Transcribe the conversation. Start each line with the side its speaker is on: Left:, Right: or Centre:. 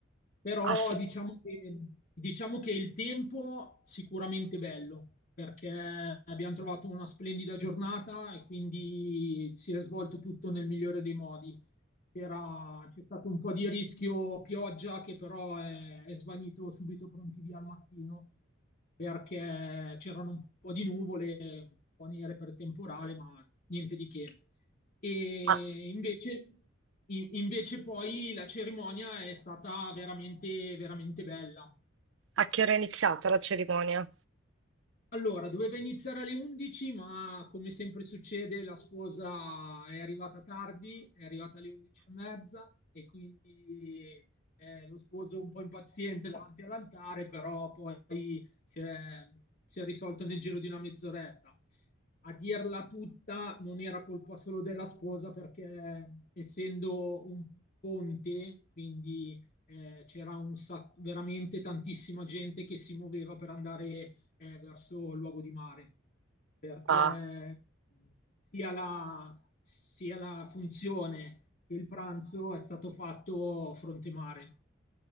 Left: Però
Right: Ah sì,
Left: diciamo che, diciamo che il tempo sicuramente bello, perché abbiamo trovato una splendida giornata e quindi si è svolto tutto nel migliore dei modi. C'era- c'è stato un po' di rischio pioggia che però è, è svanito subito pronti via al mattino perché c'erano un po' di nuvole, un po' nere per temporale, ma niente di che. E
Right: ma
Left: invece, in- invece poi la cerimonia è stata veramente, veramente bella.
Right: a che ora è iniziata la cerimonia?
Left: Allora, doveva iniziare alle 11, ma come sempre succede, la sposa è arrivata tardi, è arrivata alle 11 e mezza e quindi eh, lo sposo un po' impaziente davanti all'altare, però poi si è, si è risolto nel giro di una mezz'oretta. A dirla tutta non era colpa solo della sposa perché essendo un ponte, quindi eh, c'era un sac- veramente tantissima gente che si muoveva per andare eh, verso il luogo di mare, perché
Right: Ah,
Left: sia la, sia la funzione che il pranzo è stato fatto fronte mare.